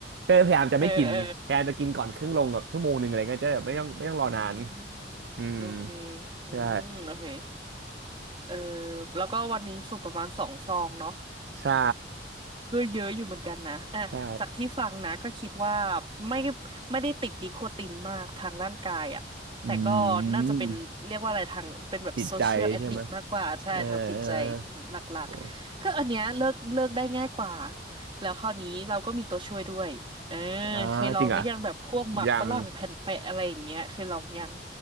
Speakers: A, on the right; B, on the right.
A: ก็พยายามจะไม่กินพยายามจะกินก่อนเครื่องลงแบบชั่วโมงหนึ่งอะไรเงี้ยจะแบบไม่ต้องไม่ต้องรอนาน
B: เออเอออืม
A: อืม
B: โอเคอืมโอเค
A: ใช่
B: เออแล้วก็วันหนึ่งสูบประมาณสองซองเนาะ
A: ใช่
B: ก็เยอะอยู่เหมือนกันนะอ่ะจากที่ฟังนะก็คิดว่า
A: ใช่
B: ไม่ไม่ได้ติดนิโคตินมากทางร่างกายอ่ะแต่ก็น่าจะเป็นเรียกว่าอะไรทางเป็นแบบโซเชียลแอดดิกมากกว่าใช่ทางจิตใจ
A: อืมจิตใจใช่ไหมเออเออ
B: หลักๆก็อันเนี้ยเลิกเลิกได้ง่ายกว่า
A: โห
B: แล้วคราวนี้เราก็มีตัวช่วยด้วยเออ
A: อ่าจริงเหรอ่ะ
B: เคยลองหรือยังแบบพวกหมักฝรั่งแผ่นแปะอะไรอย่างเงี้ยเคยลองยัง
A: อย่าง